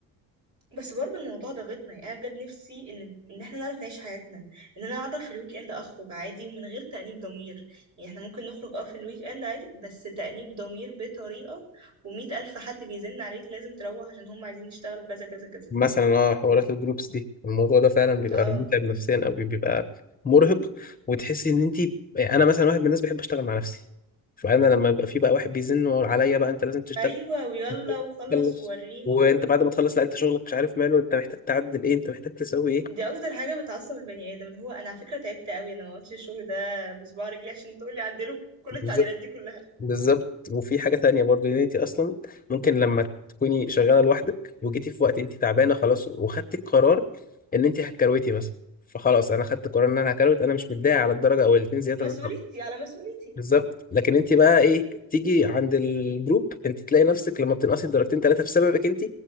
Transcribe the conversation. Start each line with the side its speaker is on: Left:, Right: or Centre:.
Right: بس برضو الموضوع ضاغطنا يعني انا بجد نفسي ان ان احنا نعرف نعيش حياتنا ان انا اعرف في الويك اند اخرج عادي ومن غير تانيب ضمير يعني احنا ممكن نخرج اه في الويك اند عادي بس تانيب ضمير بطريقه ومية الف حد بيزن عليك لازم تروح عشان هم عايزين يشتغلوا كذا كذا كذا
Left: مثلا اه حوارات الجروبس دي الموضوع ده فعلا بيبقى
Right: اه
Left: متعب نفسيا او بيبقى مرهق وتحسي ان انت انا مثلا واحد من الناس بحب اشتغل مع نفسي فانا لما يبقى في بقى واحد بيزن عليا بقى انت لازم تشتغل
Right: ايوه ويلا
Left: أنت لازم
Right: وخلص
Left: تخلص
Right: ووريني
Left: وانت
Right: و...
Left: بعد ما تخلص لا انت شغلك مش عارف ماله انت محتاج تعدل ايه انت محتاج تسوي
Right: دي اكتر حاجه بتعصب البني ادم اللي هو انا على فكره تعبت قوي انا ما عملتش الشغل ده بصباع رجلي عشان تقولي عدله كل
Left: ايه
Right: التعديلات دي كلها
Left: بالظبط وفي حاجة تانية برضو ان انت اصلا ممكن لما تكوني شغالة لوحدك وجيتي في وقت انت تعبانة خلاص وخدتي القرار ان انت هتكروتي مثلا فخلاص انا خدت قرار ان انا هكروت انا مش متضايق على الدرجة او الاتنين زيادة
Right: مسؤوليتي
Left: اللي أنا هاخدهم.
Right: على مسؤوليتي
Left: بالظبط لكن انت بقى ايه تيجي عند الجروب انت تلاقي نفسك لما بتنقصي درجتين ثلاثة بسببك انت